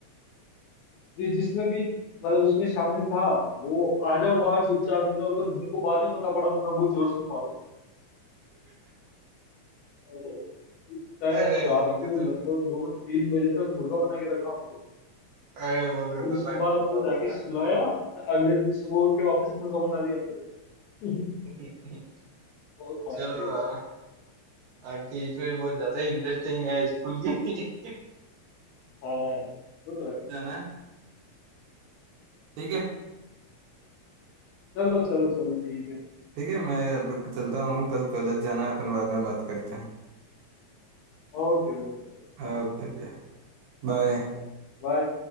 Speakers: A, on the left; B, on the right.
A: जि, जिसमें भी मतलब उसमें शामिल था वो आ जाओ बाहर चुपचाप नहीं तो अगर मेरे को बाद में पता पड़ा तो मैं बहुत जोर से मारूंगा और उस टाइम
B: अरे
A: से रात
B: भाई खतरनाक
A: को लगभग दो तीन बजे तक मुर्गा बना के रखा हमको
B: अरे बहुत
A: तो
B: खतरनाक
A: फिर उसके बाद
B: मामला
A: हमको
B: होता
A: जाके सुलाया मैं अगले दिन सुबह उठ के वापस से मुर्गा बना दिया हमको <laughs>
B: है
A: बहुत मार
B: <laughs> चलो
A: खाई बस
B: आज की स्टोरी बहुत ज्यादा इंटरेस्टिंग है स्कूल की
A: हाँ वो तो है
B: जाना है ठीक है
A: चलो चलो चलो ठीक है
B: ठीक है मैं अब चलता हूँ कल कॉलेज जाना है अपन बाद में बात करते हैं
A: Okay okay
B: ओके भैया बाय
A: bye